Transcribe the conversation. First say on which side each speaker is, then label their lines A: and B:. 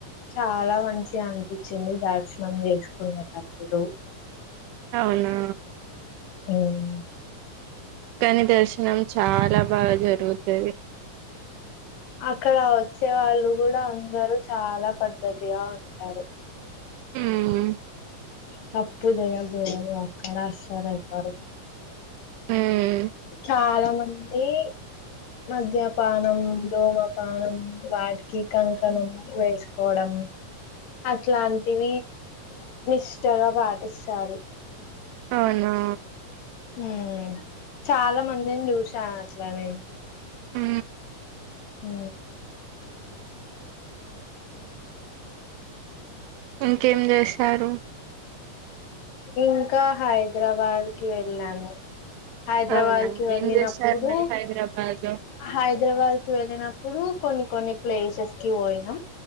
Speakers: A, on the left; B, on the right.
A: చాలా మంచిగా అనిపించింది దర్శనం చేసుకునేటప్పుడు
B: అవునా
A: హ్మ్
B: కాని దర్శనం చాలా బాగా జరుగుతది
A: అక్కడ వచ్చే వాళ్ళు కూడా అందరూ చాలా పద్ధతిగా ఉంటారు
B: హ్మ్
A: తప్పు జెయ్యకూడదు అక్కడ అస్సలు ఎవ్వరు
B: ఉమ్
A: చాలా మంది మద్యపానం దోమపానం వాటికి కంకణం వేసుకోవడం అట్లాంటివి నిష్టగా పాటిస్తారు
B: అవునా
A: ఉ చాలా మందిని చూశా అట్లానే
B: ఉ
A: ఉ
B: ఇంకేం చేస్తారు
A: ఇంకా హైదరాబాదికి వెళ్లాను హైదరాబాద్
B: అవునా
A: కి వెళ్లినప్పుడు
B: ఏం చేశారు మరి హైదరాబాద్ లో
A: హైదరాబాద్ కి వెళ్ళినప్పుడు కొన్ని కొన్ని ప్లేసెస్ కి పోయినం